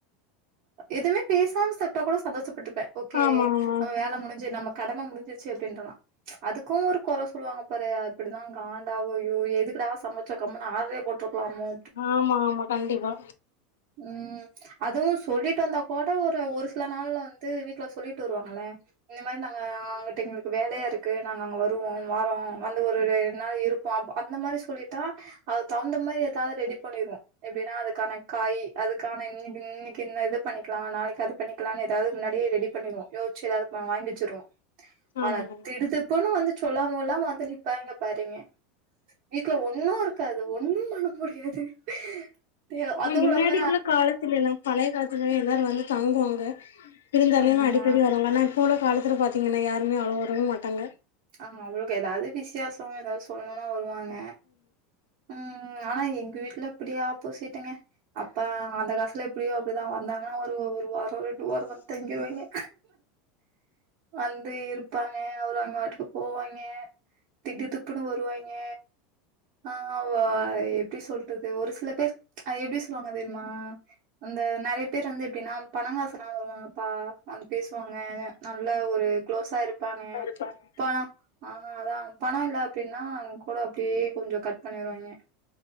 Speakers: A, on the right; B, on the left.
A: எதுமே பேசாம சாப்ட்டா கூட சந்தோஷப்பட்டுப்ப ஓகே
B: ஆமா ஆமா
A: அவ வேல முடிஞ்சு நம்ம கடம முடிஞ்சிருச்சு அப்டின்றான் அதுக்கூ ஒரு கொற சொல்லுவாங்க பாரு அப்பிடிதா காண்டாவு ஐயோ எதுக்குடா சம ச்சோ கம்முனு ஆட்ரே போட்ருக்லாமோ
B: ஆமா ஆமா கண்டிப்பா
A: ம் அதுவு சொல்லிட்டு வந்தா கூட ஒரு ஒரு சில நாள்ல வந்து வீட்ல சொல்லிட்டு வருவாங்கள இந்த மாரி நாங்க அங்குட் டு எங்குளுக்கு வேலையா இருக்கு நாங்க அங்க வருவோ வாரோ வந்து ஒரு ரெண் நாள் இருப்போ அப் அந்த மாரி சொல்லிட்டா அது தகுந்த மாரி எதாது ரெடி பண்ணிர்வோ எப்டினா அதுக்கான காயி அதுக்கான இன்னிக்கு இன்னிக் கின்ன இது பண்ணிக்லா நாளைக்கு அது பண்ணிக்லானு எதாது முன்னாடியே ரெடி பண்ணிர்வோ யோிச்சு எதாது வா வாய்ங்வச்சுர்வோ
B: ஆமா
A: ஆனா
B: ஆமா
A: திடுதிப்புன்னு வந்து சொல்லாம் கொள்ளாம வந்து நிப்பாங்க பாருங்க வீட்ல ஒன்னு இரு காது ஒன்னு பண்ண முடியாது பே அதுவுலாம
B: ஆ முன்னாடி உள்ள காலத்துலல்லா பழைய காலத்துலயே எல்லாரு வந்து தங்குவாங்க விருந்தாளிகலா
A: ஆமா
B: அடிக்கடி வருவாங்க ஆனா இப்போ உள்ள காலத்தில பாத்திகனா யாருமே அவ்ளோ வரவு மாட்டாங்க
A: ஆமா அவுங்ளுக்கு எதாது விஷேசோ எதாது சொல்லணுனா வருவாங்க ம் ம் ஆனா எங்க வீட்ல அப்புடியே ஆப்போசிட்டுங்க அப்பா அந்த காஸ்ல எப்டியோ அப்டிதா வந்தாங்கனா ஒரு ஒரு வாரோ ரெண் டு ஓர்வந் தங்கிருவாங்கே வந்து இருப்பாங்க அவரு அங்க வாட்டுக்கு போவாய்ங்க திடு துப்புன்னு வருவாய்ங்க நாங்க வா எப்டி சொல்றது ஒரு சில பேர் அத எப்டி சொல்வாங்க தெர்மா அந்த நெறைய பேர் வந்து எப்டினா பணங்காசுனால வருவாங்கப்பா வந்து பேஸ்வாங்க நல்லா ஒரு குளோஸா இருப்பாங்க
B: சரிங்
A: பணோ அதா அதா பணோ இல்ல அப்டின்னா கூட அப்டியே கொஞ்சோ கட் பண்ணிருவாங்கே